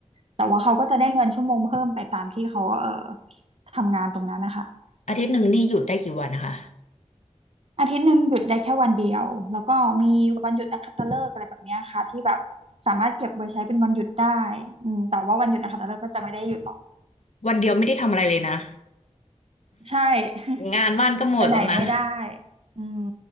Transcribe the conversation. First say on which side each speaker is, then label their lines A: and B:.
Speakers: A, on the right; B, on the left.
A: แต่ว่าเขาก็จะได้เงินชั่วโมงเพิ่มไปตามที่เขาเอ่อทำงานตรงนั้นนะคะ
B: อาทิตย์หนึ่งนี่หยุดได้กี่วันนะคะ
A: อาทิตย์หนึ่งหยุดได้แค่วันเดียวแล้วก็มีวันหยุดนักขัตฤกษ์อะไรแบบเนี้ยค่ะที่แบบสามารถเก็บไว้ใช้เป็นวันหยุดได้อืมแต่ว่าวันหยุดนักขัตฤกษ์ก็จะไม่ได้หยุดหรอก
B: วันเดียวไม่ได้ทำอะไรเลยนะ
A: ใช่
B: <laughs> งานบ้านก็หมดแล้วนะ
A: <laughs> ไปไหนไม่ได้อืม